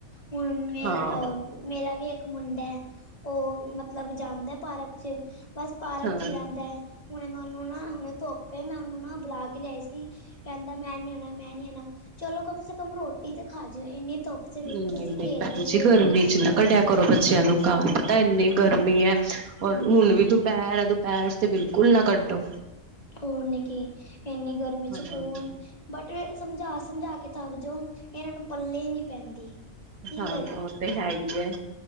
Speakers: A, on the left; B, on the right.
A: ਹੁਣ ਮੇਰਾ
B: ਹਾਂ
A: ਅ ਮੇਰਾ ਵੀ ਇੱਕ ਮੁੰਡਾ ਹੈ। ਉਹ ਮਤਲਬ ਜਾਂਦਾ ਪਾਰਕ ਚ' ਬਸ ਪਾਰਕ
B: ਹਾਂ
A: ' ਹੀ ਰਹਿੰਦਾ। ਹੁਣੇ ਮੈਂ ਉਹਨੂੰ ਨਾ ਹੁਣੇ ਧੋੱਪੇ ਮੈਂ ਉਹਨੂੰ ਨਾ ਬੁਲਾ ਕੇ ਲਿਆਈ ਸੀ ਕਹਿੰਦਾ ਮੈਂ ਨੀ ਆਉਣਾ, ਮੈਂ ਨੀ ਆਉਣਾ। ਚਲੋ ਕਮ ਸੇ ਕਮ ਰੋਟੀ ਤੇ ਖਾ ਜਾਵੇ। ਇੰਨੀ ਧੁੱਪ ਦੇ ਵਿੱਚ
B: ਨਹੀਂ-
A: ਤੁਸੀਂ
B: ਨਹੀਂ
A: ਖੇਲਦੇ
B: ਭੈਣ ਜੀ,
A: ਪਏ
B: ਗਰਮੀ
A: ਹੋ
B: ਚ' ਨਾ ਕਢਿਆ ਕਰੋ ਬੱਚਿਆਂ ਨੂੰ ਘਰ। ਪਤਾ ਇੰਨੇ ਗਰਮੀ ਹੈ।
A: ਹੂੰ-ਹੂੰ
B: ਔਰ ਹੁਣ ਵੀ ਦੁਪਹਿਰ ਹੈ ਦੁਪਹਿਰ ਤੇ ਬਿਲਕੁਲ ਨਾ ਕੱਢੋ।
A: ਹੋ ਨਹੀਂ। ਕੀ ਇਨੇ ਗਰਮੀ ਚ' ਕੋਣ
B: ਹਾਂ
A: ਬਟ ਸਮਝਾ- ਸਮਝਾ ਕੇ ਥੱਕ ਜਿਓ। ਇਹਨਾਂ ਨੂੰ ਪੱਲੇ ਹੀ ਨਹੀਂ ਪੈਂਦੀ। ਕੀ
B: ਹਾਂ, ਉਹ ਤੇ ਹੈ ਈ ਐ